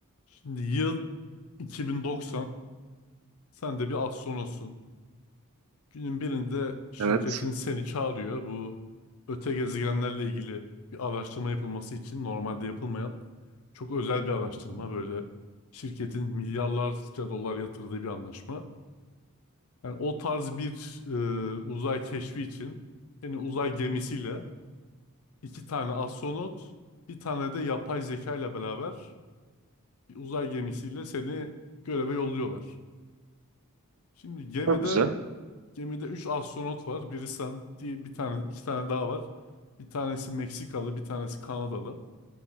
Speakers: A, on the left (about 80°); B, on the right (about 85°).
A: Şimdi yıl 2090. Sen de bir astronotsun. Günün birinde şirketin
B: Evet.
A: seni çağırıyor. Bu öte gezegenlerle ilgili bir araştırma yapılması için normalde yapılmayan çok özel bir araştırma
B: Hı hı.
A: böyle. Şirketin milyarlarca dolar yatırdığı bir anlaşma. Yani o tarz bir e, uzay keşfi için seni uzay gemisiyle iki tane astronot, bir tane de yapay zeka ile beraber bir uzay gemisiyle seni göreve yolluyorlar. Şimdi gemide
B: Çok güzel.
A: Gemide 3 astronot var. Biri sen, diye bir tane, iki tane daha var. Bir tanesi Meksikalı, bir tanesi Kanadalı.